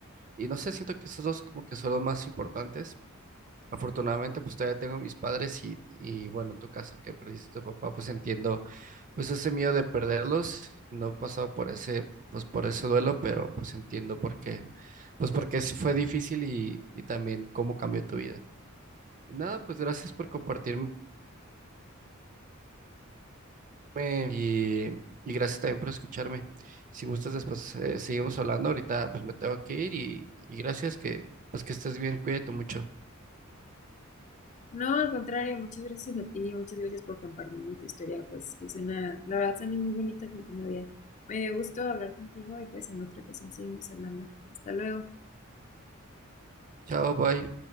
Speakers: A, on the right; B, on the left.
A: y no sé, siento que esos dos como que son los más importantes. Afortunadamente pues todavía tengo a mis padres y, y bueno, en tu caso que perdiste a tu papá pues entiendo pues ese miedo de perderlos, no he pasado por ese, pues por ese duelo, pero pues entiendo por qué, pues porque sí fue difícil y, y también cómo cambió tu vida. Y Nada, pues gracias por compartir me- Y, y gracias también por escucharme. Si gustas, después eh, seguimos hablando. Ahorita pues me tengo que ir y, y gracias que pues que estés bien. Cuídate mucho.
B: No, al contrario, muchas gracias a ti, muchas gracias por compartirme tu historia, pues que suena, la verdad suena muy bonita con tu novia. Me dio gusto hablar contigo y pues en otra ocasión seguimos hablando. Hasta luego.
A: Chao, bye.